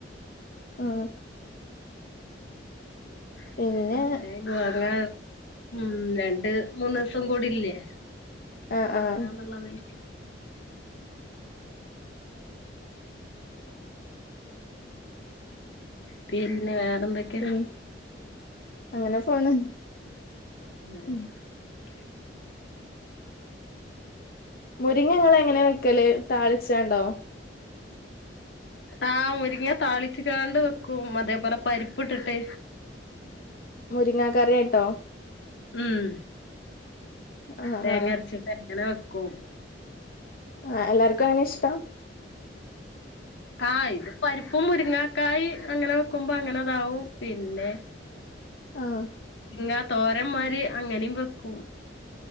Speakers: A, on the left (about 55°); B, on the left (about 75°).
A: ആ
B: <unintelligible>
A: പിന്നെ
B: ഉം രണ്ട് മൂന്ന്സം കൂടില്ലേ
A: ആഹ്
B: വാങ്ങാന്നുള്ള
A: ആഹ്
B: നൽക്ക് പിന്ന വേറെ ന്തൊക്കെയാ
A: പിൻ അങ്ങനെ പോണ്
B: ഹ <inaudible>
A: ഉം മുരിങ്ങ ഇങ്ങള് എങ്ങെന വെക്കല് താളിച്ചാണ്ടോ
B: ആഹ മുരിങ്ങ താളിച്ച്ക്കാണ്ട് വെക്കും അതേപോലെ പരിപ്പ് ഇട്ടിട്ട്
A: മുരിങ്ങ കറിയിട്ടോ
B: ഉം
A: ആഹ
B: തേങ്ങ
A: ആഹ
B: അരച്ചിട്ട് അങ്ങനെ വെക്കും
A: ആ എല്ലാർക്കും അങ്ങനെ ഇഷ്ടം
B: ആഹ് ഇത് പരിപ്പും മുരുങ്ങാക്കായ് അങ്ങനെ വെക്കുമ്പോ അങ്ങനെതാവും പിന്നെ
A: ആഹ്
B: മുരിങ്ങ തോരന്മാരി അങ്ങനെയ വെക്കും